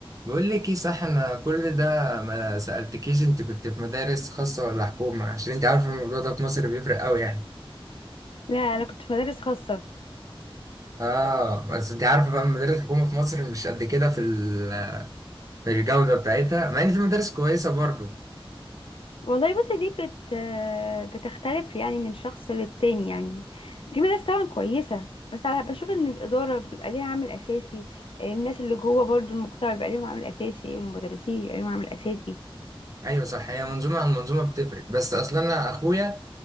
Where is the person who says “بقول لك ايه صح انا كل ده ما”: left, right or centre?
Right